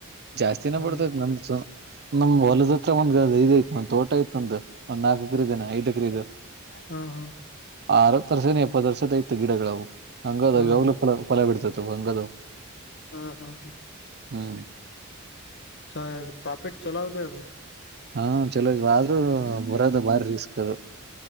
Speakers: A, on the right (about 50°); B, on the left (about 55°).
A: ಜಾಸ್ತಿನ
B: ಹ್ಮ್
A: ಬಡ್ತದ <inaudible> ನಮ್ ಹೊ ಹೊಲದ ಹತ್ರ <inaudible> ಒಂದ್ ತೋಟ ಐತ್ ಒಂದ್ ನಾಲ್ಕ ಎಕರೆ ಐದ ಎಕ್ರ ಅದು
B: ಹ್ಮ ಹ್ಮ್
A: ಆರತ್ ವರ್ಷನೇ ಎಪ್ಪತ್ತು ವರ್ಷದ ಐತ್ ಗಿಡಗಳುವು ಹಂಗಾದ
B: ಹಾ
A: ಅವಲ
B: ಹಾ
A: ಫ ಫಲ ಬಿಡ್ತವು ಹಂಗದವು
B: ಹ <unintelligible>
A: ಹ್ಮ್
B: ಚ ಪ್ರಾಫಿಟ್ ಚಲೋ್ ರೀ ಅದು
A: ಹಾ ಚಲೋ ಇ ಆದ್ರೂ ಬರೋದ ಬಾರಿ ರಿಸ್ಕ್ ಅದು